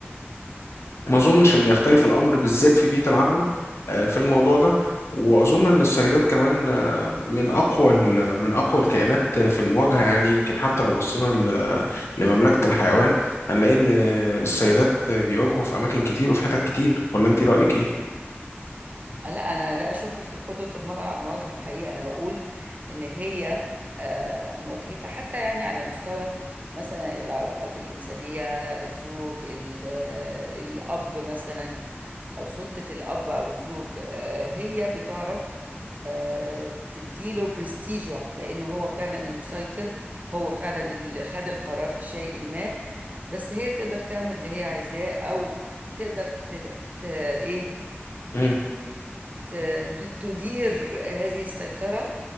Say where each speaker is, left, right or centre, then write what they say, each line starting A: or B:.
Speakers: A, on the left (about 75°); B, on the right (about 35°).
A: ما اظنش ان يختلف الامر بالذات في بيئه العمل آه، في الموضوع ده واظن ان السيدات كمان آه، من اقوى ال- من اقوى الكائنات في المواجهه يعني يمكن حتى لو بصينا ل- لمملكه الحيوان هنلاقي ان السيدات بيواجهوا في اماكن كتير وفي حتت كتير ولا انت رايك
B: آه، لا انا لا اشك في قدره المراه على المواجهه الحقيقه انا بقول ان هي آه، مواجهتها حتى يعني على مستوى مثلا العلاقات الانسانيه الزوج ال- آه، الاب مثلا او سلطه الاب او الزوج آه، هي بتعرف آه، تديله برستيجه على انه هو فعلا المسيطر هو فعلا اللي خد القرار في شيء ما بس هي تقدر تعمل اللي هي عايزاه او تقدر ت... ت... ايه
A: ايه؟
B: ت- تدير هذه السيطرة